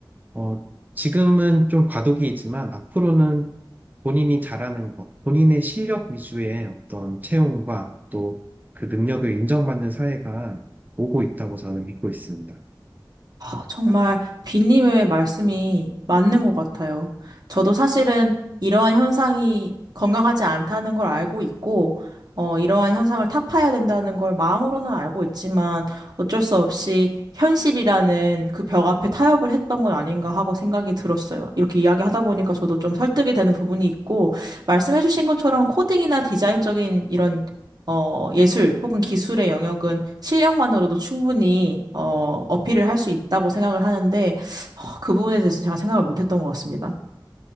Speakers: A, on the right; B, on the right.
A: 어, 지금은 좀 과도기이지만 앞으로는 본인이 잘하는 것, 본인의 실력 위주의 어떤 채용과 또 그 능력을 인정받는 사회가 오고 있다고 저는 믿고 있습니다.
B: 아, 정말 빈님의 말씀이 맞는 것 같아요. 저도 사실은 이러한 현상이 건강하지 않다는 걸 알고 있고, 어, 이러한 현상을 타파해야 된다는 걸 마음으로는 알고 있지만 어쩔 수 없이 현실이라는 그 벽 앞에 타협을 했던 건 아닌가 하고 생각이 들었어요. 이렇게 이야기하다 보니까 저도 좀 설득이 되는 부분이 있고, 말씀해주신 것처럼 코딩이나 디자인적인 이런 어, 예술 혹은 기술의 영역은 실력만으로도 충분히 어, 어필을 할 수 있다고 생각을 하는데 어, 그 부분에 대해서 제가 생각을 못했던 것 같습니다.